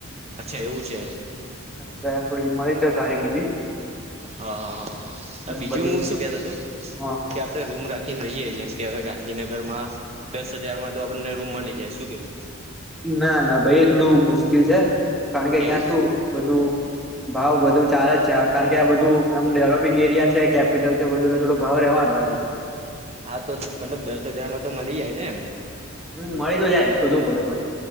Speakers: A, on the right; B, in the centre.
A: અચ્છા એવું છે
B: ત થોડી મળી છે સારી બીજી
A: હા હા હા
B: એટલે
A: બીજું
B: બદલી
A: હું શું કેતા તું
B: હ
A: કે આપડે રૂમ રાખી ન રહીએ જેમ કે હવે ગાંધીનગર માં દસ હજારમાં તો આપણને રૂમ મળી જાય શું કેવું?
B: ના ના ભાઈ થોડું મુશ્કેલ છે કારણ કે અહિયાં
A: એવું
B: શું બધું ભાવ બધું ચારે જ છે કારણ કે આ બધું એમ ડેવલોપિંગ એરિયા છે કેપિટલ છે બધું એટલે થોડો ભાવ રહેવાનું ન એમ.
A: હા તો મતલબ દસ હજારમાં તો મળી જાય ને એમ.
B: હમ મળી તો જાય શોધવું પડે થોડું.